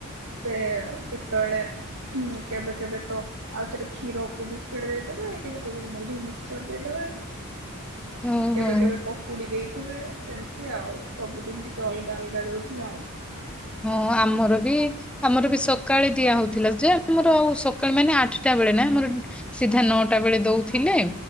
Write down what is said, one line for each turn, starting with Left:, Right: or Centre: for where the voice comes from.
Right: ସେ କେତେବେଳେ ହୁଁ କେବେ କେବେ ତ ଆଉ ଥରେ କ୍ଷୀରକୁ ବିସ୍କେଟ ଦେଇଦବେ କେବେ କେବେ ମୁଢି ମିକ୍ସଚର ଦେଇଦବେ
Centre: ହଁ
Right: କେବେ
Centre: ହଁ
Right: କେବେ ପକୁଡି ଦେଇ ଥିବେ ସେମିତି ଆଉ ସବୁଦିନ ଟିକେ ଅଲଗା ଅଲଗା ଦଉଥିଲେ ଆଉ।
Centre: ହଁ ଆମର ବି ଆମର ବି ସକାଳେ ଦିଆ ହଉଥିଲା ଯେ ଆମର ଆଉ ସକାଳେ ମାନେ ଆଠଟା ବେଳେ ନା ଆମର ସିଧା ନଅଟା ବେଳେ ଦଉଥିଲେ